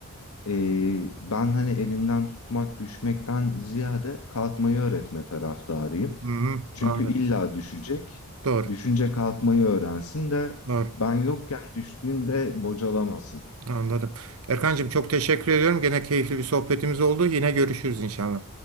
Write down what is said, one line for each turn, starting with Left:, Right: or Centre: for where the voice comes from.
Left: Ee, ben hani elinden tutmak, düşmekten ziyade kalkmayı öğretme taraftarıyım.
Right: Hı-hı,
Left: Çünkü
Right: anladım.
Left: illa düşecek.
Right: Doğru.
Left: Düşünce kalkmayı öğrensin de
Right: Doğru.
Left: ben yokken düştüğünde bocalamasın.
Right: Anladım. Erkancığım çok teşekkür ediyorum. Gene keyifli bir sohbetimiz oldu. Yine görüşürüz inşallah.